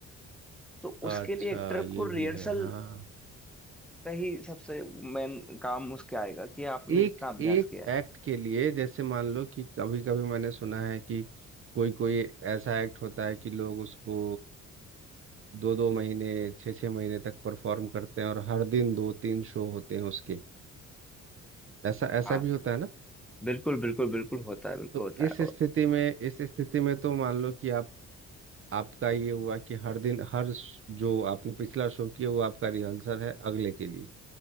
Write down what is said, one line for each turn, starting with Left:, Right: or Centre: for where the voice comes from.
Centre: तो
Right: अच्छा
Centre: उसके लिए एक्टर
Right: ये
Centre: को
Right: भी
Centre: रिहर्सल
Right: है हाँ
Centre: का ही सबसे मेन काम उसके आएगा कि आपने
Right: एक
Centre: जितना अभ्यास
Right: एक
Centre: किया है
Right: एक्ट के लिए जैसे मान लो कि कभी कभी मैंने सुना है कि कोई कोई ऐसा एक्ट होता है कि लोग उसको दो दो महीने छः छः महीने तक परफॉर्म करते हैं और हर दिन दो तीन शो होते हैं उसके ऐसा ऐसा
Centre: हाँ
Right: भी होता है ना
Centre: बिल्कुल बिल्कुल बिल्कुल होता है बिल्कुल
Right: तो
Centre: होता है
Right: इस
Centre: और
Right: स्थिति में इस स्थिति में तो मान लो कि आप आपका ये हुआ कि हर दिन हर श- जो आपने पिछला शो किया वो आपका रिहर्सल है अगले के लिए